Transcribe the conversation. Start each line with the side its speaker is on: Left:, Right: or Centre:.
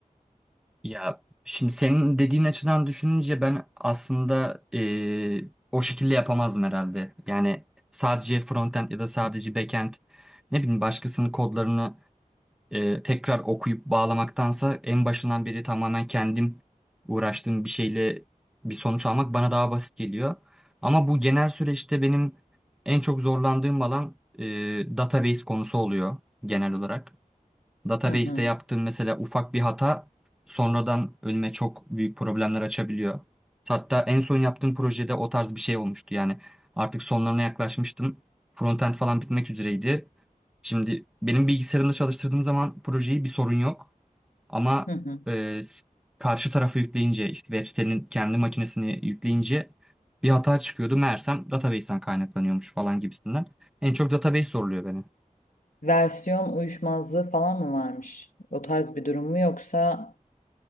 Centre: ya şimdi senin dediğin açıdan düşününce ben aslında e, o şekilde yapamazdım herhalde. Yani sadece frontend ya da sadece backend ne bileyim başkasının kodlarını e, tekrar okuyup bağlamaktansa en başından beri tamamen kendim uğraştığım bir şeyle bir sonuç almak bana daha basit geliyor. Ama bu genel süreçte benim en çok zorlandığım alan e, database konusu oluyor genel olarak. Database'te
Left: Hı hı.
Centre: yaptığım mesela ufak bir hata sonradan önüme çok büyük problemler açabiliyor. Hatta en son yaptığım projede o tarz bir şey olmuştu. Yani artık sonlarına yaklaşmıştım. Frontend falan bitmek üzereydi. Şimdi benim bilgisayarımda çalıştırdığım zaman projeyi bir sorun yok. Ama
Left: Hı hı.
Centre: e, s- karşı tarafı yükleyince işte web sitenin kendi makinesini yükleyince bir hata çıkıyordu. Meğersem database'ten kaynaklanıyormuş falan gibisinden. En çok database soruluyor benim.
Left: Versiyon uyuşmazlığı falan mı varmış? O tarz bir durum mu yoksa